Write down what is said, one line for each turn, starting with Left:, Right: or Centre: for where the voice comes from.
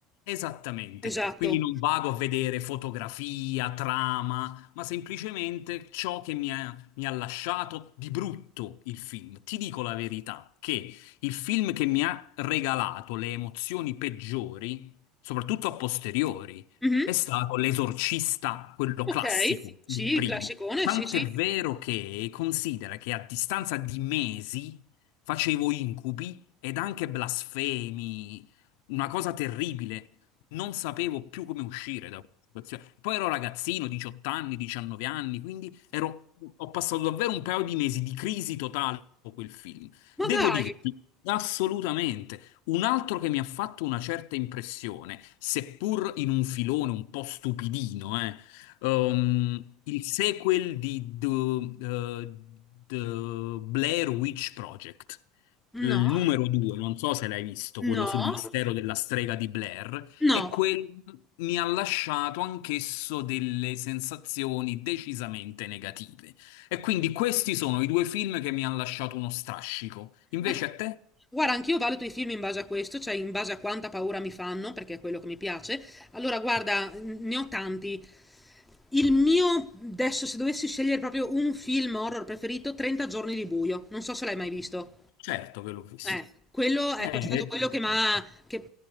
Left: Esattamente,
Centre: Esatto.
Left: quindi non vado a vedere fotografia, trama, ma semplicemente ciò che mi ha, mi ha lasciato di brutto il film. Ti dico la verità, che il film che mi ha regalato le emozioni peggiori, soprattutto a posteriori,
Centre: Mhm.
Left: è stato L'Esorcista, quello
Centre: Ok,
Left: classico,
Centre: sì,
Left: il primo.
Centre: il classicone,
Left: Tant'è
Centre: sì, sì.
Left: vero che considera che a distanza di mesi facevo incubi ed anche blasfemi una cosa terribile. Non sapevo più come uscire da questa situazione. Poi ero ragazzino, 18 anni, 19 anni, quindi ero- ho passato davvero un paio di mesi di crisi totale con quel film.
Centre: Ma
Left: Devo
Centre: dai,
Left: dirti, assolutamente, un altro che mi ha fatto una certa impressione, seppur in un filone un po' stupidino, eh, ehm, il sequel di The, eh, The Blair Witch Project.
Centre: no,
Left: Il numero due, non so se l'hai visto,
Centre: no,
Left: quello sul mistero della strega di Blair,
Centre: no.
Left: e quel mi ha lasciato anch'esso delle sensazioni decisamente negative. E quindi questi sono i due film che mi hanno lasciato uno strascico. Invece
Centre: Ma-
Left: a te?
Centre: Guarda, anch'io valuto i film in base a questo, cioè in base a quanta paura mi fanno, perché è quello che mi piace. Allora, guarda, n- ne ho tanti. Il mio, adesso, se dovessi scegliere proprio un film horror preferito, 30 giorni di buio. Non so se l'hai mai visto.
Left: Certo che l'ho visto.
Centre: Eh, quello,
Left: Eh,
Centre: ecco, è stato quello che mi ha... che-